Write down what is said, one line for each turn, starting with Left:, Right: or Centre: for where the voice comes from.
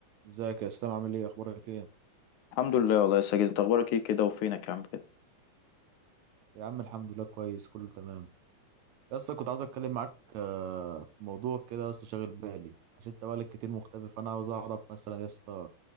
Right: ازيك يا اسلام عامل ايه اخبارك ايه
Left: الحمد لله والله يا ساجد انت اخبارك ايه كده وفينك يا عم كده
Right: يا عم الحمد لله كويس كله تمام يا اسطى كنت عاوز اتكلم معاك آه، في موضوع كده يا اسطى شاغل بالي عشان انت بقالك كتير مختفي فانا عاوز اعرف مثلا يا اسطى